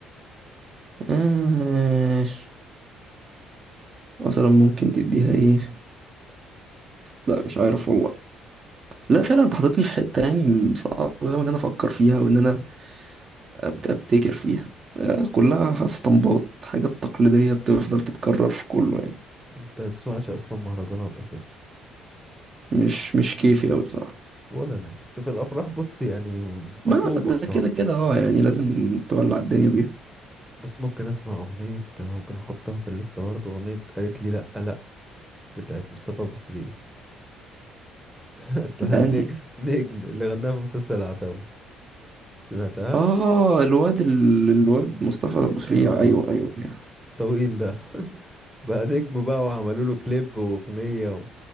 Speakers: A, on the right; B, in the centre.
A: آه مثلا ممكن تديها ايه لا مش عارف والله لا فعلا انت حاططني في حتة يعني صعب أوي ان انا افكر فيها وان انا أبت- ابتكر فيها آه كلها استنباط حاجات تقليدية بتفضل تتكرر في كله يعني
B: انت متسمعش اصلا مهرجانات اساسا
A: مش مش كيفي اوي بصراحة
B: ولا انا بس في الافراح بص يعني مطلوبة
A: ما ده
B: بصراحة
A: كده كده اه يعني لازم تولع الدنيا بيها
B: بس ممكن اسمع اغنية ممكن احطها في الليستة برضه اغنية قالت لي لأ لأ بتاعت مصطفى بوسرية اسمها
A: ده يعني
B: <laughs> ن- نجم اللي غناها في مسلسل العتاولة سمعتها
A: اه الواد ال- الواد مصطفى أبو سريع
B: اه
A: ايوه ايوه أيوة.
B: طويل ده بقى نجم بقى وعملوا له كليب واغنية و...